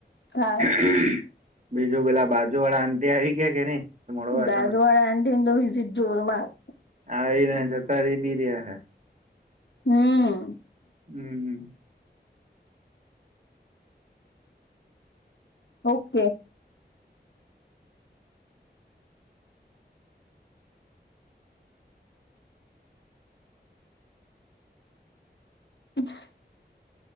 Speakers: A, on the left (about 80°); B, on the right (about 45°).
A: હા.
B: <unintelligible> બીજું પેલા બાજુ વાળા આન્ટી આવી ગયા કે નઈ? મળવા
A: બાજુવાડા
B: તને
A: એન્ટીન તો વિઝિટ જોરમાંર.
B: આવીને જતારી બી રહ્યા હે
A: હમ્મ
B: હમ હમ
A: ઓકે <unintelligible>